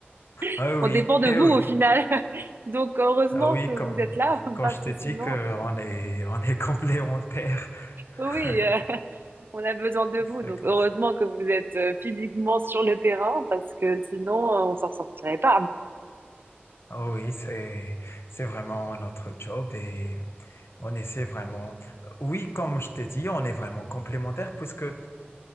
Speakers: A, on the right; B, on the left.
A: <laughs>
B: Ah oui,
A: on dépend de
B: eh
A: vous
B: oui.
A: au final, <laughs> donc heureusement
B: Ah oui,
A: que vous
B: comme,
A: êtes là, <laughs>
B: quand
A: parce
B: je t'ai
A: que sinon,
B: dit qu'on est, on est complémentaires.
A: oui,
B: <laughs>
A: oui, euh, On a besoin de vous,
B: C'est
A: donc
B: comme
A: heureusement
B: ça.
A: que vous êtes euh, physiquement sur le terrain parce que sinon euh, on s'en sortirait pas.
B: Ah oui, c'est c'est vraiment notre job et on essaie vraiment. Oui, comme je t'ai dit, on est vraiment complémentaires puisque euh,